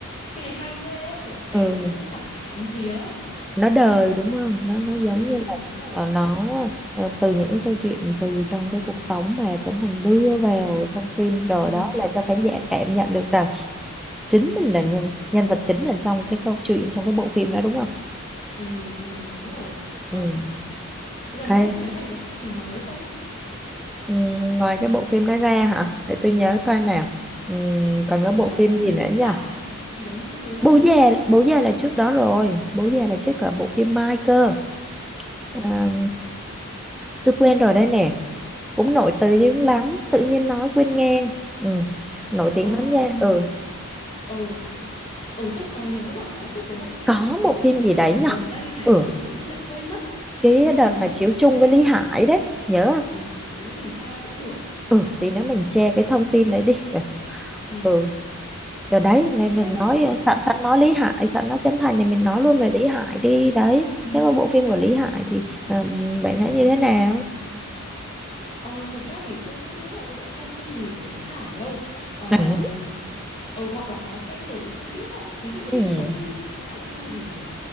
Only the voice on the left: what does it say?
phim này hay ghê á, kiểu xem
cũng cảm thấy thấm thía.
Ừ,
đúng rồi.
Ừ,
ừ, ừ, đúng rồi. Ừ.
Gần đây
Trấn Thành có phim gì mới không?
Ừ,
tôi
nhớ là
có phim
Bố
Già
hay phim gì đấy, nhưng phim Bố Già
là
lâu rồi đúng
không?
Ờ, ờ.
Um,
ừ ừ tôi có nhớ là có một cái bộ phim
gì đấy của
Trấn
Thành
gần
gần đây này
nhưng mà tự dưng lại quên mất
ờ nhưng
mà thôi
cái đấy
thì
tí nữa
mình
ừ tí nữa mình tra cũng được
ừ
ừ
thế
thôi bây
giờ
ờ,
ừ.
Ờ, thực ra thì tôi không nghĩ là tôi đã xem phim gì của Lý Hải đâu ờ,
ờ hoặc là có xem rồi nhưng không biết ạ ví dụ phim
có phim của Lý Hải là phim gì nhỉ